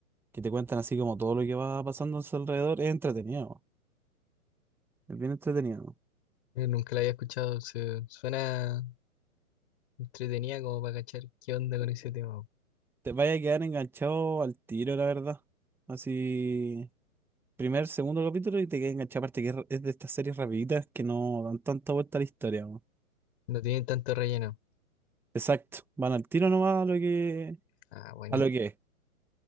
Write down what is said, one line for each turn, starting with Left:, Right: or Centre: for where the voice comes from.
Centre: que te cuentan así como todo lo que va pasando a su alrededor. Es entretenido. Es bien entretenido.
Left: Eh, Nunca la había escuchado, se- suena, Entretenía como para cachar qué onda con ese tema. po.
Centre: Te vaya a quedar enganchado al tiro, la verdad. Así, primer, segundo capítulo y te quedas enganchado. Aparte que es ra- es de estas series rapiditas que no dan tanta vuelta a la historia, weón.
Left: No tienen tanto relleno.
Centre: Exacto. Van al tiro nomás a lo que,
Left: Ah, bueno.
Centre: a lo que es.